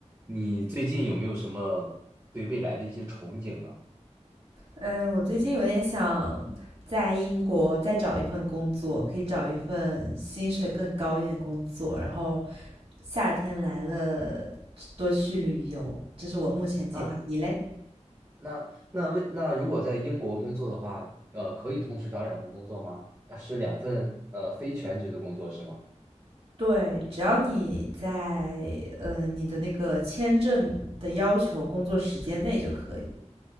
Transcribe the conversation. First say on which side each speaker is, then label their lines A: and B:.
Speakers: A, on the right (about 20°); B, on the right (about 55°).
A: 你最近有没有什么对未来的一些憧憬呢？
B: 嗯，我最近有点想在英国再找一份工作，可以找一份薪水更高一点的工作，然后夏天来了多去旅游，这是我目前计划。
A: 啊，
B: 你嘞？
A: 那那为那如果在英国工作的话，呃，可以同时找两份工作吗？呃是两份呃非全职的工作是吗？
B: 对，只要你在呃你的那个签证的要求工作时间内就可以。